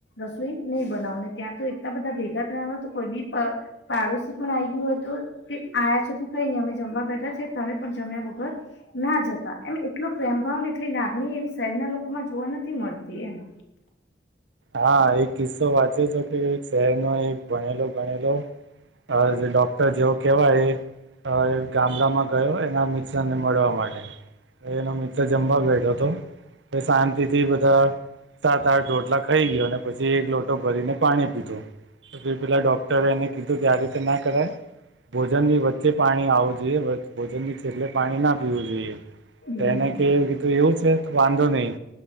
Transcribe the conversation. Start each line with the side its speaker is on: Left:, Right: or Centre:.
Left: રસોઈ નહી બનાવુને ત્યાં તો એટલા બધા ભેગા થયા હોય તો કોઈ બી પા પાડોશી પણ આવી ગ યો તો કે આ્યા છો તો કઈ નહી અમે જમવા બેઠા છે તમે પણ જમ્યા વગર ના જતા એમ એટલો પ્રેમ ભાવ ને એટલી લાગણી એવી શહેરના લોકોમાં જોવા નથી મળતી એમ
Right: હા એક કિસ્સો વાંચે છે કે શહેર નો એક ભણેલો ગણેલો હ જ ડોક્ટર જેવો કેવાય હ એ ગામડામાં ગયો એના મિત્ર ને મળવા માટે એનો મિત્ર જમવા બેઠો હતો શાંતિથી બધા સાત આઠ રોટલા ખાઈ ગયો અને પછી એક લોટો ભરીને પાણી પીધું પછી પેલાં ડૉક્ટરે એને કીધું ત્યારે ના કરાય ભોજનની વચ્ચે પાણી આવવું જોઈએ ભોજન છેલ્લે પાણી ના પીવું જોઈએ
Left: હમ
Right: તો એને કે કીધું એવું છે તો વાંધો નહી